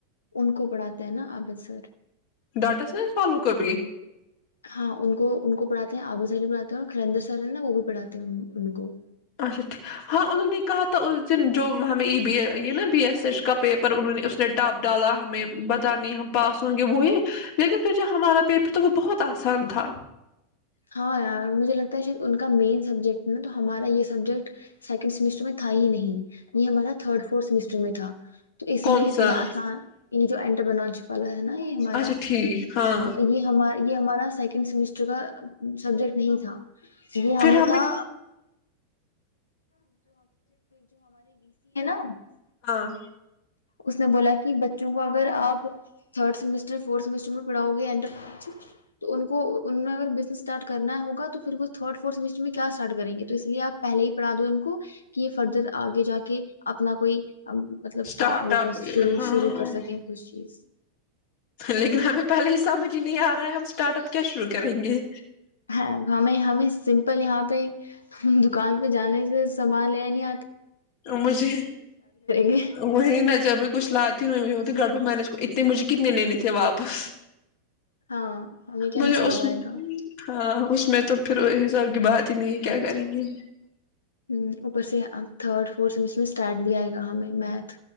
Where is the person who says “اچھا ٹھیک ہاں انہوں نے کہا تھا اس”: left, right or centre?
Left